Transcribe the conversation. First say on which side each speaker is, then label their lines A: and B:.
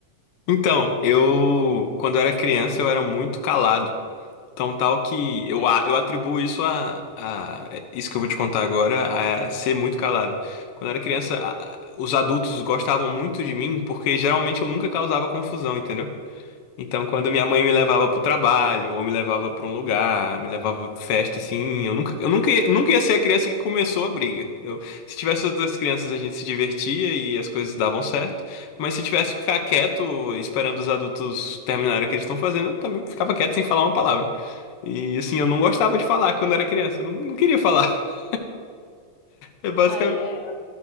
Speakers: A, on the left; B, on the left.
A: Então, eu, quando eu era criança, eu era muito calado. Tão tal que eu, a- eu atribuo isso a, a- isso que eu vou te contar agora, a ser muito calado. Quando eu era criança, a- a- os adultos gostavam muito de mim porque geralmente eu nunca causava confusão, entendeu? Então, quando minha mãe me levava pro trabalho, ou me levava pra um lugar, me levava pra festa, assim, eu nunca, eu nunca, ia- nunca ia ser a criança que começou a briga. Eu, se tivesse outras crianças, a gente se divertia e as coisas davam certo, mas se tivesse que ficar quieto, esperando os adultos terminarem o que eles estão fazendo, eu também ficava quieto sem falar uma palavra. E, assim, eu não gostava de falar quando era criança, eu não, não queria falar. <laughs> É basicamente,
B: Ah, é- é.